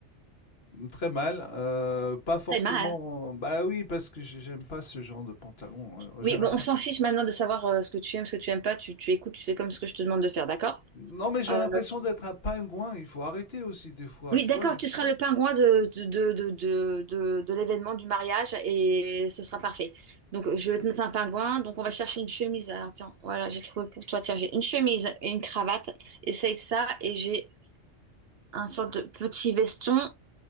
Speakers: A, on the left; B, on the right.
A: Très mal, heu, pas forcément
B: Très mal.
A: bah, oui, parce que j'ai j'aime pas ce genre de pantalon, heu,
B: Oui,
A: j'ai l'impression
B: bon, on s'en fiche maintenant de savoir euh, ce que tu aimes, ce que tu aimes pas. Tu, tu écoutes, tu fais comme ce que je te demande de faire, d'accord?
A: non, mais j'ai
B: Euh,
A: l'impression d'être un pingouin, il faut arrêter aussi des fois,
B: oui,
A: tu
B: d'accord,
A: vois?
B: tu seras le pingouin de, de, de, de, de, de- de l'événement du mariage et ce sera parfait. Donc, je vais te mettre un pingouin. Donc, on va chercher une chemise. Alors, tiens, voilà, j'ai trouvé pour toi. Tiens, j'ai une chemise et une cravate. Essaye ça et j'ai un sorte de petit veston.